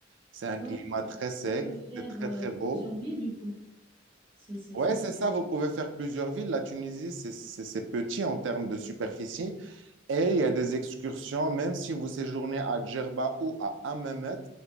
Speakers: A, on the right (about 75°); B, on the right (about 30°).
A: C'est un
B: Ouais,
A: climat
B: on
A: très sec,
B: peut faire
A: c'est très
B: euh,
A: très beau.
B: plusieurs villes du coup, si, si,
A: Ouais,
B: si
A: c'est
B: j'ai bien.
A: ça, vous pouvez faire plusieurs villes. La Tunisie, c'est c'est- c'est petit en termes de superficie. Et il y a des excursions, même si vous séjournez à Djerba ou à Hammamet,